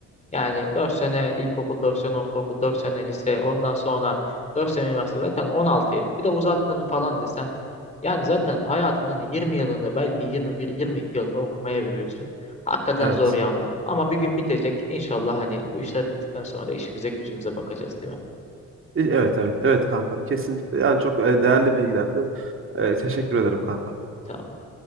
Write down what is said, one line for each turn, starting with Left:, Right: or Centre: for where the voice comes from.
Left: Yani 4 sene ilkokul, 4 sene ortaokul, 4 sene lise, ondan sonra 4 sene üniversite zaten 16 yıl. Bir de uzattığını falan desen yani zaten hayatının yirmi yılını belki yirmi bir yirmi iki yılını okumaya veriyorsun. Hakikaten
Right: Evet.
Left: zor ya Murat. Ama bir gün bitecek. İnşallah hani bu işler bittikten sonra da işimize gücümüze bakacağız değil mi?
Right: E, Evet evet evet kankam kesinlikle yani çok e, değerli bilgilerdi. E, teşekkür ederim kankam.
Left: Tamam.